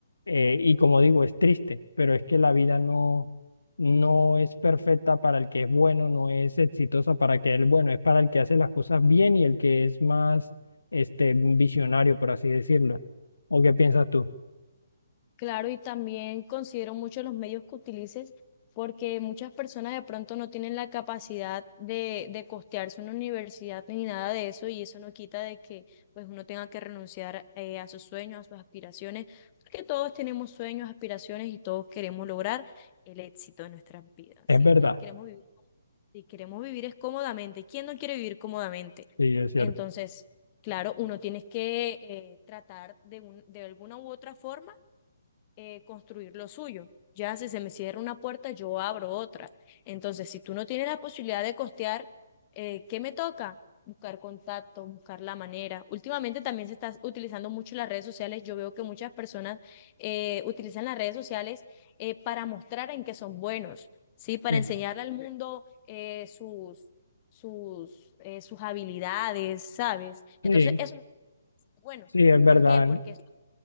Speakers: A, on the left; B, on the left.
A: eh, y como digo, es triste, pero es que la vida no, no es perfecta para el que es bueno, no es exitosa para que el bueno, es para el que hace las cosas bien y el que es más, este, visionario, por así decirlo. ¿O qué piensas tú?
B: Claro, y también considero mucho los medios que utilices porque muchas personas de pronto no tienen la capacidad de, de costearse una universidad ni nada de eso y eso no quita de que pues uno tenga que renunciar eh, a sus sueños, a sus aspiraciones, porque todos tenemos sueños, aspiraciones y todos queremos lograr el éxito de nuestras vidas,
A: Es
B: ¿sí?
A: verdad.
B: Queremos vivir, si queremos vivir es cómodamente. ¿Quién no quiere vivir cómodamente?
A: Sí, es cierto.
B: Entonces, claro, uno tiene que eh, tratar de, un- de alguna u otra forma eh, construir lo suyo. Ya si se me cierra una puerta, yo abro otra. Entonces, si tú no tienes la posibilidad de costear, eh, ¿qué me toca? Buscar contacto, buscar la manera. Últimamente también se está utilizando mucho las redes sociales. Yo veo que muchas personas eh, utilizan las redes sociales eh, para mostrar en qué son buenos, ¿sí? Para
A: Sí.
B: enseñarle al mundo eh, sus, sus, eh, sus habilidades, ¿sabes?
A: Sí,
B: Entonces, eso no es bueno.
A: Sí, es verdad.
B: ¿Por qué? Porque eso